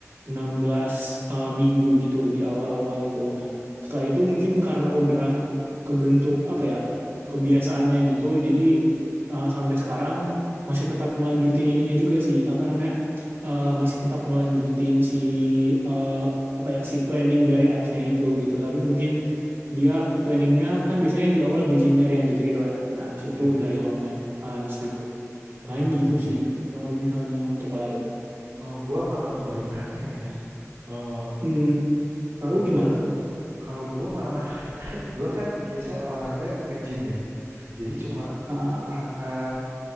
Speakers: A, on the right (about 50°); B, on the right (about 75°).
A: 16 eh, minggu gitu di awal-awal itu. Nah, setelah itu mungkin karena udah kebentuk apa ya, kebiasaannya gitu, jadi eh, sampai sekarang masih tetap ngelanjutin ininya juga sih, apa namanya, eh, masih tetap ngelanjutin si eh, apa ya, si planning dari apps-nya itu gitu. Tapi mungkin dia planningnya kan biasanya di awal beginner yang gitu-gitu kan. Nah, abis
B: Iya.
A: itu udah yang lumayan advance gitu.
B: Oh
A: Paling gitu
B: iya iya.
A: sih
B: iya.
A: kalau misalnya untuk lari.
B: Oh, gua malah kebalikannya ya. Kalau
A: Hmm, Kalau
B: kalau
A: lu gimana?
B: gue kalau gue malah gue kan biasanya olahraga nge-gym ya. Jadi cuma
A: Ah,
B: angkat